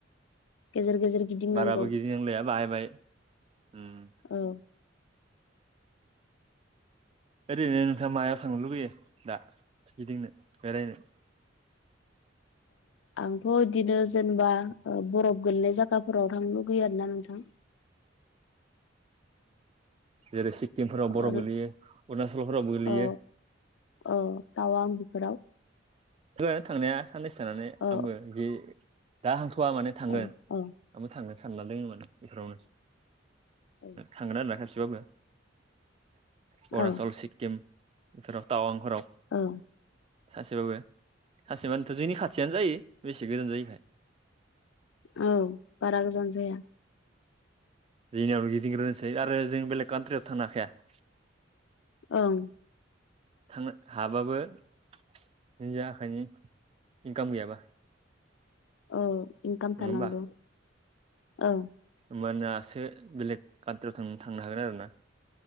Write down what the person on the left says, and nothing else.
गेजेर गेजेर गेजेर गिदिं
नांगौ
औ
आंथ' बिदिनो जेनेबा बरफ गोलैनाय जायगाफोराव थांनो लुगैयो आरोना नोंथां <inaudible>
आरो
औ औ थावां आं बेफोराव
औ
औ
औ
औ
औ
औ
औ बारा गोजान जाया
ओं
औ इनकाम
थानांगौ
औ